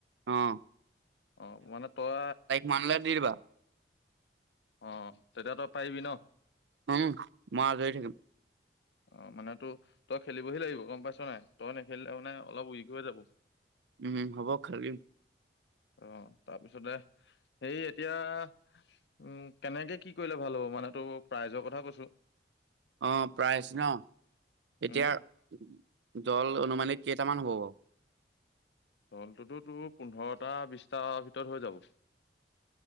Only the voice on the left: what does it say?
অ' মানে তই
অঁ', তেতিয়া তই পাৰিবি ন?
অ', মানে তো তই খেলিবহি লাগিব গম পাইছ নাই তই নেখেলি লৈ মানে অলপ উৰিক হৈ যাব।
অ', তাৰপিছতে সেই এতিয়া- উমঁ, কেনেকে কি কৰিলে ভাল হ'ব মানে তোৰ প্ৰাইজৰ কথা কৈছো?
উম
দলটোতো তোৰ পোন্ধৰটা, বিশটা ভিতৰত হৈ যাব।